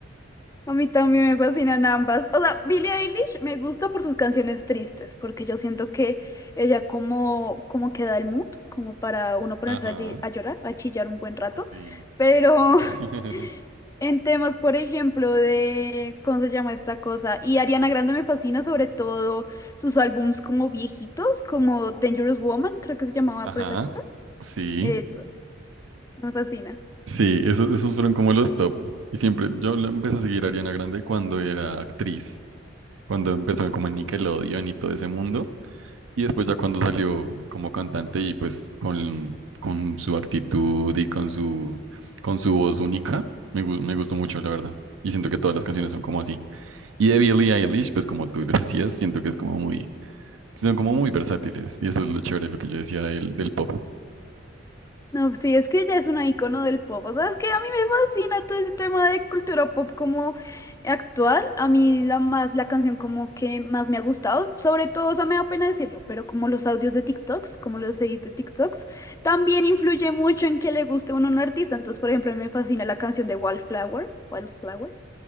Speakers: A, on the left; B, on the right.
A: A mí también me fascinan ambas. O sea, Billie Eilish me gusta por sus canciones tristes, porque yo siento que ella como, como que da el mood, como para uno ponerse
B: Ajá,
A: allí a llorar, a chillar un buen rato.
B: sí.
A: Pero
B: <laughs>
A: <laughs> en temas, por ejemplo, de, ¿cómo se llama esta cosa? Y Ariana Grande me fascina sobre todo sus álbums como viejitos, como Dangerous Woman, creo que se llamaba
B: Ajá,
A: por esa época.
B: sí,
A: Eso, me fascina.
B: sí, eso- esos fueron como los top. Y siempre, yo la empecé a seguir a Ariana Grande cuando era actriz, cuando empezó como en Nickelodeon y todo ese mundo. Y después ya cuando salió como cantante y pues con, con su actitud y con su, con su voz única, me, gu- me gustó mucho, la verdad. Y siento que todas las canciones son como así. Y de Billie Eilish, pues como tú lo <laughs> decías, siento que es como muy, son como muy versátiles. Y eso es lo chévere, lo que yo decía del, del pop.
A: No, sí, es que ella es una icono del pop. O sea, es que a mí me fascina todo ese tema de cultura pop como actual. A mí la más, la canción como que más me ha gustado, sobre todo, o sea, me da pena decirlo, pero como los audios de TikToks, como los edits de TikToks, también influye mucho en que le guste uno a un artista. Entonces, por ejemplo, a mí me fascina la canción de Wildflower, Wildflower.